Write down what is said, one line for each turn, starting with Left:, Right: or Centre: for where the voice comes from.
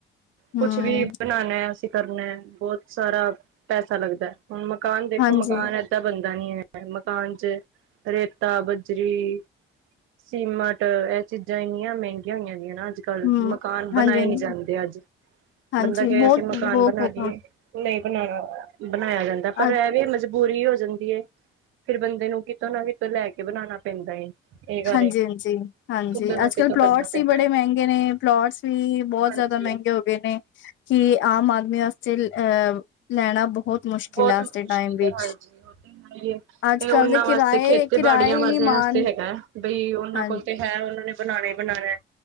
Left: ਹੂੰ,
Right: ਕੁਛ ਵੀ ਬਣਾਣਾ ਐ, ਅਸੀਂ ਕਰਨਾ, ਬਹੁਤ ਸਾਰਾ ਪੈਸਾ ਲੱਗਦਾ। ਹੁਣ ਮਕਾਨ ਦੇਖੋ,
Left: ਹਾਂਜੀ,
Right: ਮਕਾਨ ਐ ਤਾਂ ਬਣਦਾ ਨੀ ਐ, ਮਕਾਨ ਚ ਰੇਤਾ, ਬਜਰੀ ਸੀਮਟ, ਇਹ ਚੀਜ਼ਾਂ ਇੰਨੀਆਂ ਮਹਿੰਗੀਆਂ ਹੋਈਆਂ ਗੀਆਂ ਨਾ ਅੱਜ ਕੱਲ
Left: ਹੂੰ,
Right: ਮਕਾਨ ਬਣਾਏ
Left: ਹਾਂਜੀ-ਹਾਂਜੀ।
Right: ਨਹੀਂ ਜਾਂਦੇ ਅੱਜ,
Left: ਹਾਂਜੀ
Right: ਬੰਦਾ ਕਹੇ
Left: ਬਹੁਤ-ਬਹੁਤ
Right: ਅਸੀਂ ਮਕਾਨ ਬਣਾ
Left: ਹੋਗਾ
Right: ਲੀਏ ਨਹੀਂ ਬਣਾਣਾ, ਬਣਾਇਆ ਜਾਂਦਾ ਪਰ
Left: ਅੱਜ
Right: ਇਹ ਵੀ ਐ ਮਜ਼ ਮਜਬੂਰੀ ਹੋ ਜਾਂਦੀ ਐ, ਫੇਰ ਬੰਦੇ ਨੂੰ ਕਿਤੋਂ ਨਾ ਕਿਤੋਂ ਲੈ ਕੇ ਬਣਾਣਾ ਪੈਂਦਾ ਏ। ਇਹ ਗੱਲ
Left: ਹਾਂਜੀ-ਹਾਂਜੀ-ਹਾਂਜੀ,
Right: ਕਿਤੋਂ ਨਾ
Left: ਅੱਜ-ਕੱਲ
Right: ਕਿਤੋਂ
Left: ਪਲੋਟਸ
Right: ਕਰਨਾ ਪੈਂਦਾ
Left: ਵੀ ਬੜੇ
Right: ਹੈ।
Left: ਮਹਿੰਗੇ ਨੇ, ਪਲੋਟਸ ਵੀ ਬਹੁਤ
Right: ਹਾਂਜੀ
Left: ਜ਼ਿਆਦਾ ਮਹਿੰਗੇ ਹੋ ਗਏ ਨੇ, ਕਿ ਆਮ ਆਦਮੀ ਵਾਸਤੇ ਅਹ ਲੈਣਾ ਬਹੁਤ ਮੁਸ਼ਕਿਲ
Right: ਬਹੁਤ
Left: ਆ
Right: ਮੁਸ਼ਕਿਲ
Left: ਅੱਜ ਦੇ ਟਾਈਮ ਵਿੱਚ
Right: ਐ ਹਾਂਜੀ,
Left: ਅੱਜ-ਕੱਲ
Right: ਇਹ ਉਹਨਾਂ
Left: ਦੇ ਕਿਰਾਏ
Right: ਵਾਸਤੇ ਖੇਤੀ ਤੇ
Left: ਕਿਰਾਏ
Right: ਬਾੜੀਆਂ
Left: ਹੀ
Right: ਮਰਜ਼ਿਆਂ
Left: ਨੀ ਮਾਣ
Right: ਵਾਸਤੇ ਹੈਗਾ। ਬਈ ਉਹਨਾਂ
Left: ਹਾਂ
Right: ਕੋਲ ਤੇ ਹੈ, ਉਹਨਾਂ ਨੇ ਬਣਾਣਾ ਹੀ ਬਣਾਣਾ,